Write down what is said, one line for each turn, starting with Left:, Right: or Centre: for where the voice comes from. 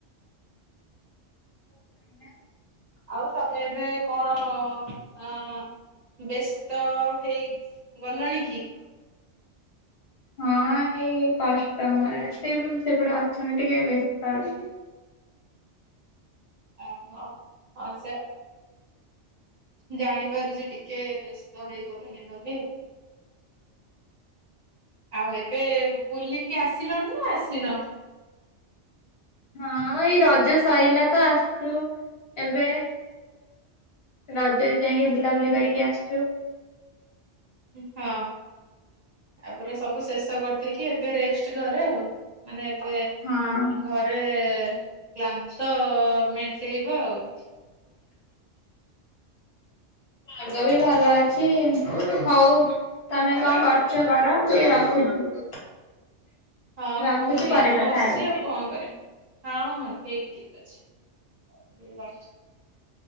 Left: <inaudible>
Right: ଆଉ ସବ୍ ବେ ଏବେ କଣ ଆଁ ବେଶ୍। ତ ହେଇ ଗଲଣି କି?
Left: ହଁ ହେଇ କଷ୍ଟମର ସେ <unintelligible> ସେପଟେ ଅଛନ୍ତି ଟିକେ ବ୍ୟସ୍ତ ଅଛି।
Right: ଆଁ ହୋ ହଁ ସେ। ଜାଣିପାରୁଚ, ଟିକେ ବେସ୍ତ ହେଇଗଲେ, ହେଇଗଲେ। ଆଉ ଏବେ ବୁଲିକି ଆସିଲଣି ନା ଆସିନ?
Left: ହଁ ଏଇ ରଜ ସଇଲା ତ ଆସଚୁ ଏବେ। ରଜରେ ଯାଇଁକି ବୁଲାବୁଲି କରିକି ଆସଚୁ।
Right: ଉଁ ହଁ ତାପରେ ସବୁ ଶେଷ କରିଦେଇକି ଏବେ ରେଷ୍ <unintelligible> ଘରେ ଆଉ ମାନେ ଏବେ
Left: ହଁ।
Right: ଘରେ କ୍ଲାନ୍ତ ମେଣ୍ଟେଇବ ଆଉ।
Left: ପାଗ ବି ଭଲ ଅଛି। ହଉ ତମେ କଁ କରୁଚ କର। ଟିକେ <unintelligible>
Right: ହଁ
Left: ରଖୁଛି
Right: ମୁଁ ଏଇ
Left: ପରେ କଥା
Right: ବସଚି
Left: ହେବି।
Right: ଆଉ କଁ କରିବି। ହଉଁ ହଁ ଠିକ୍ ଠିକ୍ ଅଛି <unintelligible> ରୁହ।